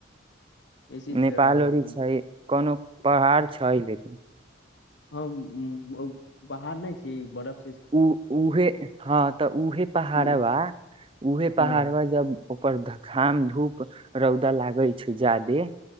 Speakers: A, on the left (about 60°); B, on the right (about 25°).
A: ऐसी छै
B: नेपालो
A: उ
B: ओटी छै कोनो पहाड़ छै लेकिन
A: हम बाहर नहि छी बरफ
B: उ उहे हँ तऽ उऊहे पहाड़
A: ओ
B: बा उऊहे
A: हँ
B: पहाड़ बा जब ओपर धकाम धूप रौद लागै छै ज्यादे